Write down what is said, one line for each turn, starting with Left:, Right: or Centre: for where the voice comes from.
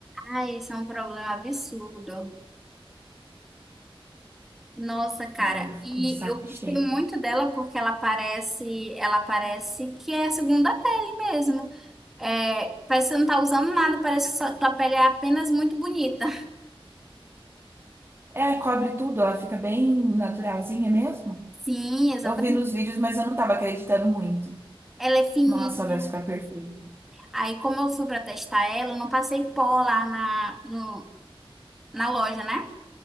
Centre: Ai, isso é um problema absurdo. Nossa, cara,
Right: Ai, eu fico
Centre: e
Right: de saco
Centre: eu gostei
Right: cheio.
Centre: muito dela porque ela parece, ela parece que é segunda pele mesmo. É, parece que você não tá usando nada, parece que sua, tua pele é apenas muito bonita.
Right: É, cobre tudo, ela fica bem naturalzinha mesmo.
Centre: Sim, exatamente.
Right: Eu vi nos vídeos, mas eu não tava acreditando muito.
Centre: Ela é fininha.
Right: Nossa, ela deve ficar perfeita.
Centre: Aí, como eu fui pra testar ela, eu não passei pó lá na, no- na loja, né?